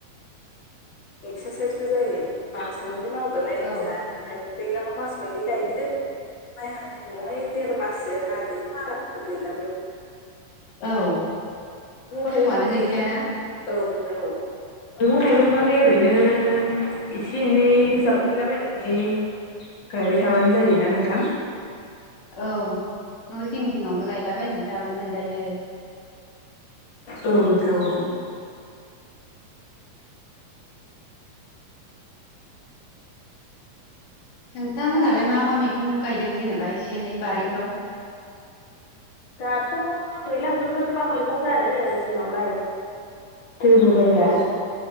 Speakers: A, on the left; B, on the left.
A: एक्सारसाइसबो जायो मास मोननै मावदोलाय
B: औ
A: जादोलाय दैलाङाव मास मोननै गायदो माइ हानाय समावहाय देर माससो हादो मारा होदो गैलाबबो
B: औ खस्थ'आनो
A: थाइगंआलाय
B: गैखायाना
A: औ नोंथां
B: <unintelligible>
A: औ मैगं थाइगंआलाय ओरैनो एसे एनै जावग्लिलाबायनानै गायबाय थाबानो जायोना नोंथां
B: औ न' सिं जिङावनो गायलाबायनानै जाबानो मोनजायो
A: औ नोंथां औ
B: नोंथांमोनहालाय
A: हा नोंथां
B: मा मा मैगं गायदों जेनेबा एसे एनै बारिफ्राव
A: दाथ' दैज्लां बोथोर मा मैगं जानो जोंनावलाय दैबो जायगा
B: अ